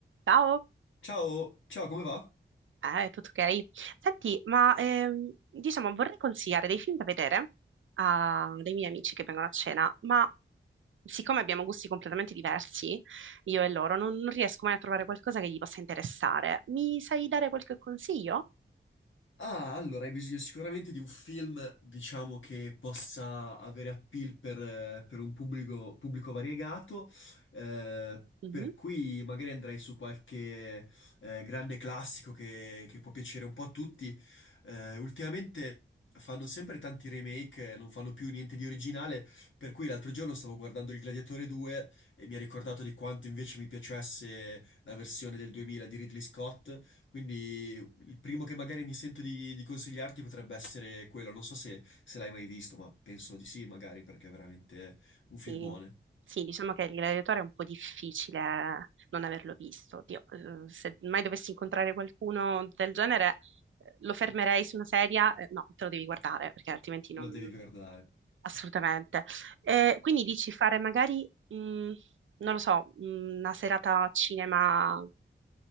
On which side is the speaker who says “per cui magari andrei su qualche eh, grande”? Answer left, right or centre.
Left